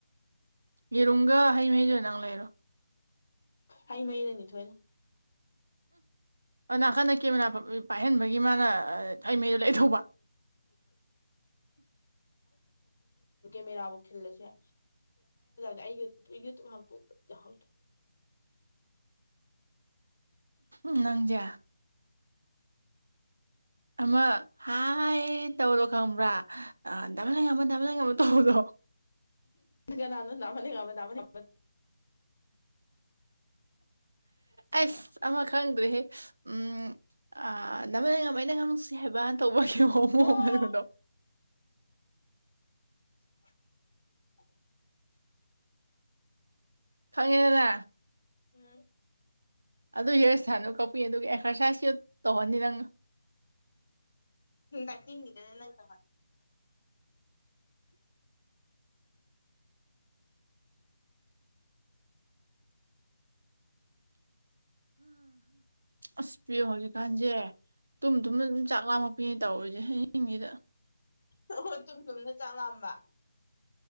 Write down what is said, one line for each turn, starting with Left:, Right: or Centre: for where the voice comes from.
Right: ꯃꯤꯔꯨꯒꯥ ꯍꯥꯏ ꯃꯤꯖ ꯅꯪꯂꯔꯣ
Left: ꯍꯩ ꯃꯩꯅꯅꯤ ꯊꯣꯏꯅ
Right: ꯎꯝ ꯅꯥꯀꯟꯗ ꯀꯦꯃꯦꯥ ꯄꯥꯏꯍꯟꯕꯒꯤ ꯃꯥꯅ ꯊꯥꯏꯃꯩ ꯂꯩꯊꯧꯕ
Left: ꯃꯦꯕꯨ ꯈꯜꯂ ꯌꯥ ꯌꯥ ꯌꯨꯇ ꯍꯄ ꯍ
Right: ꯎ ꯅꯪꯖꯦ ꯑꯃ ꯍꯥꯏ ꯇꯧꯔꯣ ꯈꯪꯕ꯭ꯔꯥ ꯗꯕꯜ ꯍꯪꯉꯝꯃ ꯗꯕꯜ ꯂꯪꯉꯝ ꯑꯃ ꯇꯧꯕꯗꯣ <unintelligible>
Left: ꯅ ꯅꯃꯅꯤ ꯉꯕꯅꯤꯗ
Right: ꯑꯁ ꯑꯃ ꯈꯪꯗ꯭ꯔꯦꯍꯦ ꯎꯝ ꯅꯃꯅꯃ ꯑꯩꯅ ꯉꯥꯡ ꯅꯨꯡꯁꯤ ꯍꯥꯏꯕ ꯇꯧꯕꯒꯤ ꯍꯣꯨ
Left: ꯑꯣ
Right: ꯍꯣꯡꯅꯕꯗꯣ
Left: <unintelligible>
Right: ꯐꯪꯉꯤꯗꯅ
Left: ꯎꯝ
Right: ꯑꯗꯨ ꯍꯤꯌꯔ ꯏꯁꯊꯥꯟꯗꯨ ꯀꯛꯄꯨ ꯑꯗꯨꯒ ꯑꯦꯛꯁꯔꯁꯥꯏꯁꯁꯨ ꯇꯧꯍꯅꯤ ꯅꯪ
Left: ꯇꯥꯏ ꯍꯤꯡꯗ ꯅ ꯅꯪ ꯇ
Right: ꯑꯁ ꯄꯤꯌꯣ ꯍꯧꯖꯤꯛꯀꯥꯟꯁꯦ ꯇꯨꯝ ꯇꯨꯝꯅ ꯑꯗꯨꯝ ꯆꯥꯛ ꯂꯥꯝꯃꯛꯄꯤꯅꯦ ꯇꯧꯔꯤꯁꯦ ꯍꯌꯦꯡꯁꯤꯗ
Left: ꯑꯣ ꯇꯨꯝ ꯊꯨꯝꯅ ꯆꯥꯛ ꯂꯥꯑꯝꯕ